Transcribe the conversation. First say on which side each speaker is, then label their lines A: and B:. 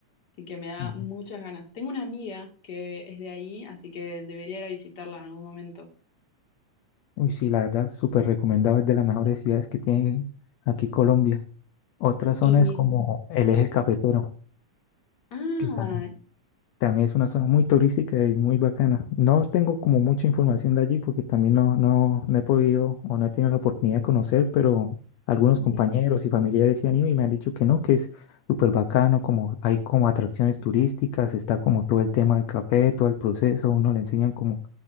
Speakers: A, on the left; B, on the left.
A: Así que me da
B: Mm.
A: muchas ganas. Tengo una amiga que es de ahí, así que debería ir a visitarla en algún momento.
B: Uy, sí, la verdad, súper recomendado, es de las mejores ciudades que tiene aquí Colombia. Otra zona
A: Y,
B: es como el eje cafetero,
A: ah,
B: que tam- También es una zona muy turística y muy bacana. No tengo como mucha información de allí porque también no, no, no he podido o no he tenido la oportunidad de conocer, pero algunos
A: ujú,
B: compañeros y familiares sí han ido y me han dicho que no, que es súper bacano, como hay como atracciones turísticas, está como todo el tema del café, todo el proceso, uno le enseñan como